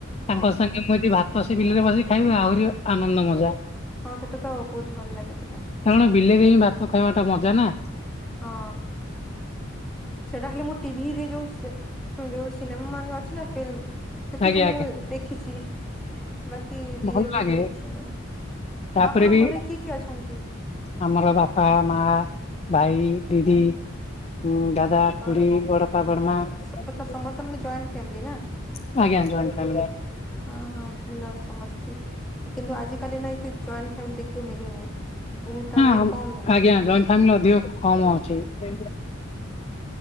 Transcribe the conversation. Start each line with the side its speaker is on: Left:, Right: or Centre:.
Left: ତାଙ୍କ
Centre: ଓହୋ
Left: ସାଙ୍ଗେ ମୁଁ ବି ଭାତ ତ ସେ ବିଲରେ ବସିକି ଖାଇବି ଆହୁରି ଆନନ୍ଦ ମଜା।
Centre: ହଁ ସେଟା ତ ବହୁତ୍ ଭଲ ଲାଗେ ସେଇଟା।
Left: କାରଣ ବିଲରେ ହିଁ ଭାତ ଖାଇବା ଟା ମଜା ନା।
Centre: ହଁ। ସେଟା ହେଲେ ମୁଁ ଟିଭିରେ ଯୋଉ ଯୋଉ ସିନେମା ମାନେ ଅଛି ନା ଫିଲ୍ମ। ସେଠି
Left: ଆଜ୍ଞା
Centre: ଖାଲି
Left: ଆଜ୍ଞା
Centre: ମୁଁ ଦେଖିଛି। ବାକି ରିଏଲ୍
Left: ଭଲ ଲାଗେ
Centre: ରେ ତ ମୁଁ ଦେଖିନି,
Left: ତାପରେ
Centre: ଆପଣଙ୍କ
Left: ବି
Centre: ଘରେ କିଏ କିଏ ଅଛନ୍ତି?
Left: ଆମର ବାପା ମା ଭାଇ ଦିଦି ଉଁ ଦାଦା ଖୁଡ଼ି
Centre: ଅ
Left: ବଡ ବାପା ବଡ଼ମା
Centre: ଆଚ୍ଛା
Left: ଆଜ୍ଞା
Centre: ସମସ୍ତେ ମାନେ ଜଏଣ୍ଟ ଫ୍ୟାମିଲି ନା
Left: ଜଏଣ୍ଟ ଫାମିଲି।
Centre: ହଁ ହଁ ଭଲ ସମସ୍ତେ। କିନ୍ତୁ ଆଜିିକାଲି ନା ଏ ଜଏଣ୍ଟ ଫାମିଲି ଦେଖିବାକୁ ମିଳୁନି। ବହୁତ ତା
Left: ହଁ
Centre: ମାନେ କମ୍
Left: ଆଜ୍ଞା ଜଏଣ୍ଟ
Centre: ଦେଖିଛି।
Left: ଫ୍ୟାମିଲି ଅଧିକ କମ ଅଛି।